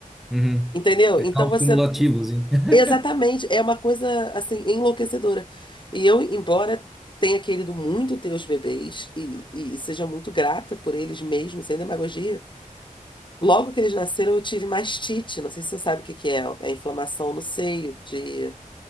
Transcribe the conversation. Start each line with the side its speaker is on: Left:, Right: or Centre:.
Centre: Uhum.
Left: Entendeu?
Centre: É
Left: Então
Centre: caos
Left: você
Centre: cumulativos, hein? <laughs>
Left: Exatamente, é uma coisa assim enlouquecedora. E eu, embora tenha querido muito ter os bebês e, e seja muito grata por eles mesmo, sem demagogia, logo que eles nasceram eu tive mastite. Não sei se você sabe o que que é, é inflamação no seio, de